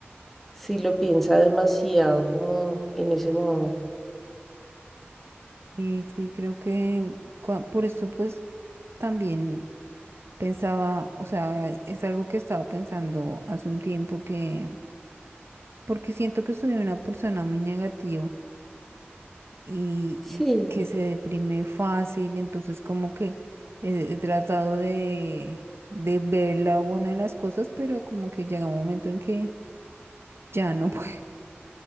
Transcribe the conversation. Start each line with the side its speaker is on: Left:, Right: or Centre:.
Centre: si lo piensa demasiado como en ese modo.
Right: Y sí, creo que cua- por eso pues también. Pensaba, o sea, es algo que estaba pensando hace un tiempo que, porque siento que soy una persona muy negativa y,
Centre: Sí.
Right: y que se deprime fácil, entonces como que he, he tratado de, de ver la buena de las cosas, pero como que llega un momento en que ya no <laughs> puedo.